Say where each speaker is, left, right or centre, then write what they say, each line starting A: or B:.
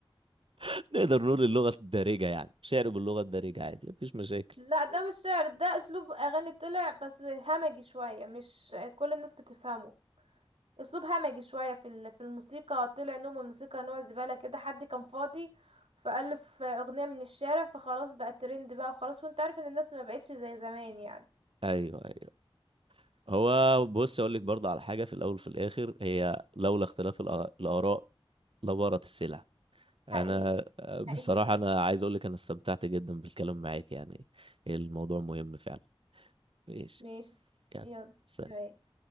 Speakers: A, on the right; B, on the right.
A: <laughs> نقدر نقول اللغة الدارجة يعني شعر باللغة الدارجة عادي مفيش مشاكل
B: لا ده مش شعر ده اسلوب اغاني طلع بس همجي شوية مش كل الناس بتفهمه اسلوب همجي شوية في ال- في الموسيقى طلع نوع من الموسيقى نوع زبالة كده حد كان فاضي فألف آه، أغنية من الشارع فخلاص بقى الترند بقى وخلاص وانت عارف ان الناس ما بقتش زي زمان يعني
A: ايوه ايوه هو بص اقول لك برضه على حاجة في الاول وفي الاخر هي لولا اختلاف الآ- الاراء لبارت السلع انا
B: حقيقي
A: آه، بصراحة
B: حقيقي
A: انا عايز اقول لك انا استمتعت جدا بالكلام معاك يعني الموضوع مهم فعلا ماشي
B: ماشي
A: يعني
B: يلا
A: سلام.
B: تمام